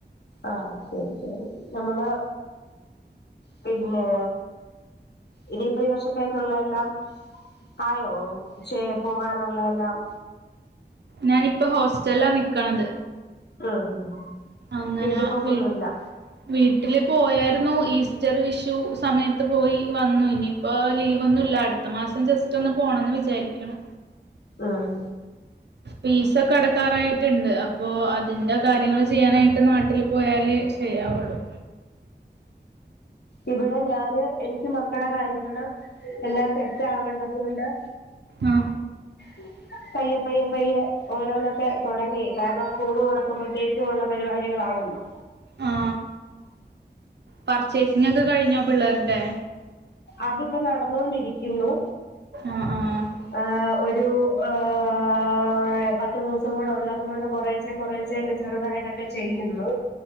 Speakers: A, on the left (about 65°); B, on the right (about 70°).
A: ആഹ് ശരി, ശരി നമ്മള് പിന്നെ. ഇനിയിപ്പ ഈ വർഷത്തേക്കുള്ള എല്ലാം. ആയോ ചേ പോകാനുള്ള എല്ലാം.
B: ഞാനിപ്പ ഹോസ്റ്റലാ നിക്കണത്.
A: ആഹ്, ആഹ്
B: അങ്ങനെ
A: വീട്ടിപ്പോക്കൊന്നുല്ല.
B: വീ വീട്ടില് പോയായിരുന്നു ഈസ്റ്റർ വിഷു സമയത്ത് പോയി വന്നു ഇനിയിപ്പോ ലീവൊന്നുല്ല അട് ത്ത മാസം ജസ്റ്റ് ഒന്ന് പോണന്ന് വിചാരിക്കണു.
A: ആഹ്.
B: ഫീസൊകടക്ക ക്കാറായിട്ടുണ്ട് അപ്പോ അതിന്റെ കാര്യങ്ങള് ചെയ്യാനായിട്ട് നാട്ടിൽ പോയാലെ ശരിയാവുള്ളു.
A: ഇവിടെ ഞാന് എനിക്ക് മക്കടെ കാര്യങ്ങള് എല്ലാം സെറ്റ് ആവണ്ടത് കൊണ്ട്.
B: ആഹ്.
A: ഉം. പയ്യപ്പയ്യപ്പയ്യെ ഓരോന്നൊക്കെ തൊടങ്ങി കാരണം സ്കൂള് തുറക്കുമ്പോഴത്തേക്കും ഒള്ള പരിപാടികളാണല്ലോ.
B: ആ പർച്ചേസിങൊക്കെ കഴിഞ്ഞോ പിള്ളേരുടെ?
A: അതിപ്പോ നടന്നോണ്ടിരിക്കുന്നു
B: ആഹ് ആഹ്
A: ആഹ് ഒരു. ആഹ്. പത്ത് ദിവസം കൂടെ ഒള്ളത്കൊണ്ട് കുറേച്ചേ കുറേച്ചേക്കെ ചെറുതായിട്ടൊക്കെ ചെയ്യുന്നു.